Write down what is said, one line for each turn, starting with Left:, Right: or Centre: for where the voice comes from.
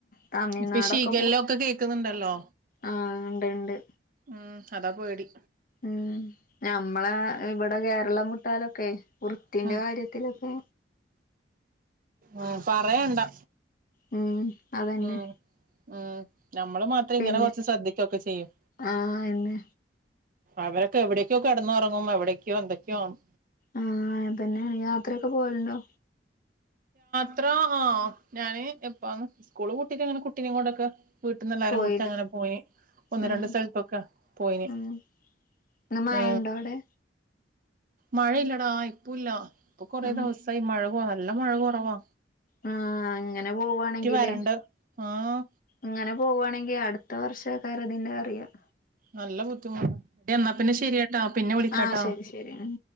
Left: തമിഴ്നാടൊക്കെ
Right: ഇപ്പ ശീഖല്ല
Left: പോ
Right: ഒക്കെ കേക്കുന്നുണ്ടല്ലോ
Left: ആ ഉണ്ട് ഉണ്ട്
Right: ഉം അതാ പേടി
Left: ഉം ഞമ്മളെ ഇവിടെ കേരളം വിട്ടാലൊക്കെ വൃത്തിന്റെറെ
Right: ഉം
Left: കാര്യത്തിലൊക്കെ
Right: ആ പറയണ്ടാ
Left: ഉം അതന്നെ
Right: ഉ ഉ നമ്മള് മാത്രം
Left: പിന്നെ
Right: ഇങ്ങനെ കുറച്ച് ശ്രദ്ധിക്കൊക്കെ ചെയ്യും
Left: ആഹ് എന്നെ
Right: അവരൊക്കെ എവിടയേക്കോ കിടന്ന്ുറങ്ങും എവിടേക്കോ എന്തൊക്കെയണ്
Left: ആ പിന്നെ യാത്രയൊക്കെ പോവലുണ്ടോ
Right: ത്ര ആ ഞാന് എപ്പ സ്കൂള് കൂട്ടിട്ട അങ്ങനെ കുട്ടീിന കൊണ്ടൊക്ക വീട്ടന്ന് എല്ലാരും
Left: പോയില്ലേ
Right: കുടിച്ച് അങ്ങനെ പോയി ഒന്ന്
Left: ഉം
Right: രണ്ട് സ്ഥലത്തൊക്കെ പോയിന്
Left: ഉം ഇന്ന് മഴണ്ടോ
Right: ഏ
Left: അവിടെ
Right: മഴയില്ലടാ ഇപ്പ ഇല്ല ഇപ്പൊ കുറ
Left: ഉം
Right: ദിവസമായിഈ മഴക നല്ല മഴ കുറവാ
Left: ആ ഇങ്ങനെ പോവവാണെങ്കില്
Right: വരണ്ട് ആഹ്
Left: ഇങ്ങനെ പോകവാണെങ്കിൽ അടു പത്ത് വർഷക്കാർ അതി അറിയാം
Right: നല്ല ബുദ്ധിമുട്ട് എന്നാ പിന്നെ ശെരിയാട്ടാ പിന്നെ വിളിക്കാട്ടാ
Left: ആഹ് ശരി ശരി ഉം